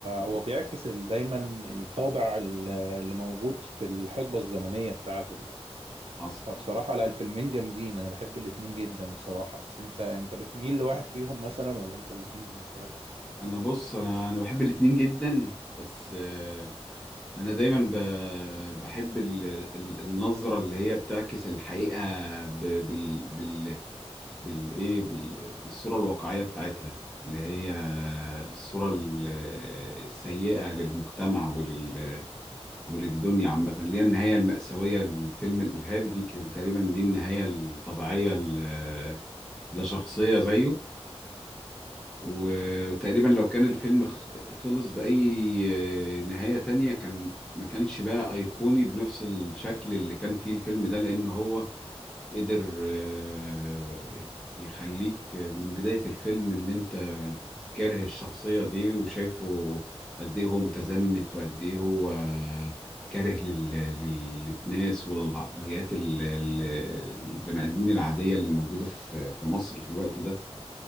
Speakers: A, on the right; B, in the centre.
A: هو بيعكس ال- دايما الطابع ال- اللي موجود في الحقبة الزمنية بتاعته دي
B: حصل
A: فبصراحة لا الفيلمين جامدين أنا بحب الاتنين جدا بصراحة بس انت انت بتميل لواحد فيهم مثلا ولا انت الاتنين بالنسبة لك
B: انا بص انا انا بحب الاتنين جدا بس آه، انا دايما ب- بحب ال- ال- النظرة اللي هي بتعكس الحقيقة ب- بال- بال- بالايه بال- بالصوره الواقعيه بتاعتها اللي هي الصوره ال- السيئه للمجتمع ولل وللدنيا عامة اللي هي النهاية المأساوية للفيلم الإرهابي دي كان تقريبا دي النهاية الطبيعية ل- لشخصية زيه وتقريبا لو كان الفيلم خ- خلص بأي نهاية تانية كان ما كانش بقى أيقوني بنفس الشكل اللي كان فيه الفيلم ده لأن هو قدر آه، يخليك من بداية الفيلم إن أنت كاره الشخصية دي وشايفه قد إيه هو متزمت وقد إيه هو آه، كاره لل... لل- للناس وللعقليات ال- ال- البني آدمين العادية اللي موجودة في في مصر في الوقت ده